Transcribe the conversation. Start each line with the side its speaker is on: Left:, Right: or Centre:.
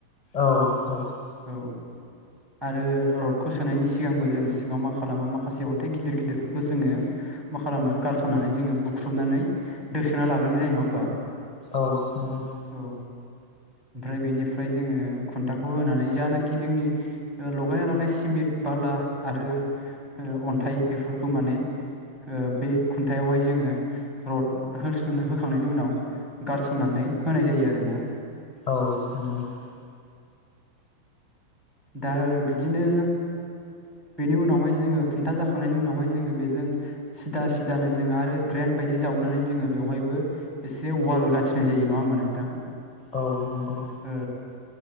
Left: औ औ।
Centre: औ। आरो रडखौ सोनायनि सिगांबो जों सिङाव मा खालामो माखासे अन्थाइ गिदिर गिदिरफोरखो जोङो मा खालामो गारसननानै जोङो बुख्रुबनानै दोसोना लाग्रोनो जायो नङा होमबा?
Left: औ नंगौ।
Centre: औ ओमफ्राय बेनिफ्राय जोङो खुन्थाखौ होनानै जानाखि जोंनि ओ लगायना लानाय सिमेन्ट बाला आरो ओ अन्थाइ बेफोरखौ माने ओ बे खुन्थायावहाय जोङो रड होस होखांनायनि उनाव गारसननानै होनाय जायो आरो ना।
Left: औ नंगौ।
Centre: दा बिदिनो बेनि उनावहाय जोङो खुन्था जाखांनायनि उनावहाय जोङो बेजों सिदा सिदानो जों आरो ड्रेन बायदि जावनानै जोङो बेवहायबो एसे वाल गाथिनाय जायो नङा होमबा नोंथां?
Left: औ नंगौ।
Centre: ओ